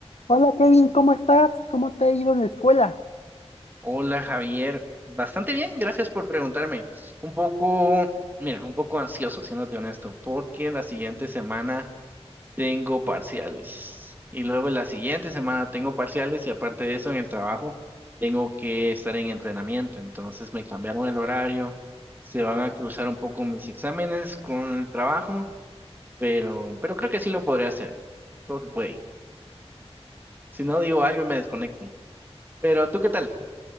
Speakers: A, on the left; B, on the right.
A: Hola Kevin, ¿cómo estás? ¿Cómo te ha ido en la escuela?
B: Hola Javier, bastante bien, gracias por preguntarme. Un poco, mira, un poco ansioso, siéndote honesto, porque la siguiente semana tengo parciales y luego la siguiente semana tengo parciales y aparte de eso en el trabajo tengo que estar en entrenamiento, entonces me cambiaron el horario, se van a cruzar un poco mis exámenes con el trabajo, pero, pero creo que sí lo podré hacer, todo se puede. Si no digo algo me desconecto. Pero ¿tú qué tal?